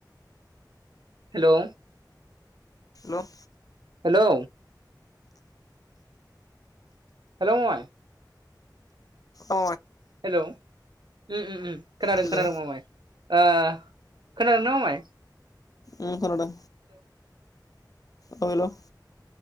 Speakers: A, on the right; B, on the left.
A: हेलौ
B: हेल
A: हेलौ हेलौ ममाइ
B: अ
A: हेलौ उम उम खोनादों
B: हेलौ
A: खोनादों मामाय ओ खोनादों ना मामाय?
B: उ खोनादों अ हेलौ